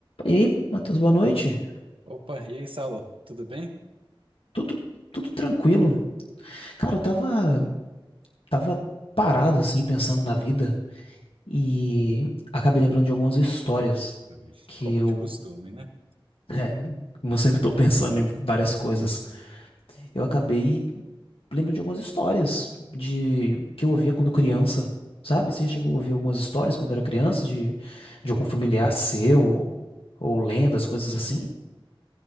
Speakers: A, on the left; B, on the right.
A: E aí, Matheus, boa noite.
B: Opa, e aí, Saulo? Tudo bem?
A: Tudo, tudo tranquilo. Cara, eu tava, tava parado, assim, pensando na vida e acabei lembrando de algumas histórias
B: Uhum.
A: que
B: Como
A: eu,
B: de costume, né?
A: <laughs> é, como eu sempre tô pensando em várias coisas, eu acabei lembrando de algumas histórias de que eu ouvia quando criança, sabe? Você já chegou a ouvir algumas histórias quando era criança de, de algum familiar seu ou lendas, coisas assim?